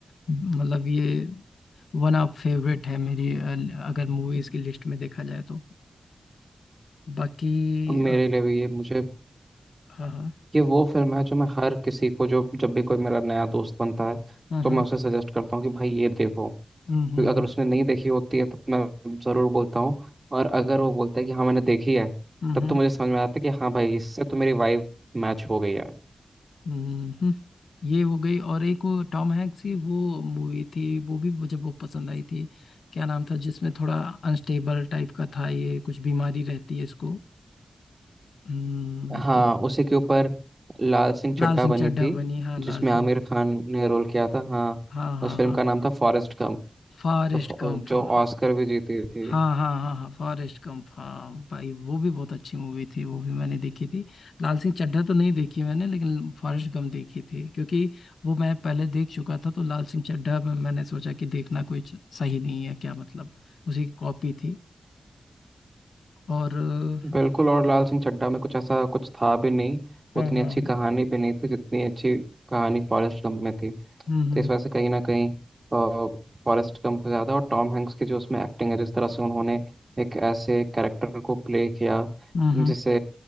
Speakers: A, on the left; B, on the right.
A: मतलब ये वन ऑफ फेवरेट है मेरी अ, अगर मूवीज की लिस्ट में देखा जाए तो बाकी
B: अब मेरे
A: अ,
B: लिए भी ये मुझे
A: हाँ हाँ
B: ये वो फिल्म है जो मैं हर किसी को जो जब भी कोई मेरा नया दोस्त बनता है
A: हाँ
B: तो
A: हाँ
B: मैं उसे सजेस्ट करता हूँ कि भाई ये देखो
A: हम्म
B: क्योंकि
A: हम्म
B: अगर
A: हम्म
B: उसने नहीं देखी होती है तो मैं ज़रूर बोलता हूँ और अगर वो बोलता है कि हाँ मैंने देखी है
A: हम्म
B: तब
A: हम्म,
B: तो मुझे समझ में आता है कि हाँ भाई इससे तो मेरी वाइब मैच हो गई है
A: हम्म, हम्म, ये हो गई और एक वो टॉम हैंक्स की वो मूवी थी वो भी मुझे बहुत पसंद आई थी क्या नाम था जिसमें थोड़ा अनस्टेबल टाइप का था ये कुछ बीमारी रहती है इसको हम्म
B: हाँ
A: क्या-
B: उसी के ऊपर लाल सिंह चड्ढा
A: लाल सिंह
B: बनी
A: चड्ढा
B: थी
A: बनी हाँ लाल
B: जिसमें आमिर
A: सिंह
B: खान ने रोल किया था हाँ
A: हाँ हाँ
B: उस फिल्म
A: हाँ
B: का नाम था फॉरेस्ट गंप
A: फॉरेस्ट
B: तो फ-
A: गंप
B: जो
A: हाँ
B: ऑस्कर भी जीती थी
A: हाँ हाँ हाँ हाँ हाँ फॉरेस्ट गंप हाँ भाई वो भी बहुत अच्छी मूवी थी वो भी मैंने देखी थी लाल सिंह चड्ढा तो नहीं देखी मैंने लेकिन फॉरेस्ट गंप देखी थी क्योंकि वो मैं पहले देख चुका था तो लाल सिंह चड्ढा में मैंने सोचा कि देखना कोई च- सही नहीं है क्या मतलब उसी की कॉपी थी और अ,
B: बिल्कुल और लाल सिंह चड्ढा में कुछ ऐसा कुछ था भी नहीं
A: हाँ
B: उतनी
A: हाँ
B: अच्छी कहानी भी नहीं थी जितनी अच्छी कहानी फॉरेस्ट गंप में थी
A: हम्म
B: तो
A: हम्म
B: इस वजह से कहीं ना कहीं फॉरेस्ट गंप ज़्यादा और टॉम हैंक्स की जो उसमें एक्टिंग है जिस तरह से उन्होंने एक ऐसे कैरेक्टर को प्ले किया
A: हम्म हम्म,
B: जिसे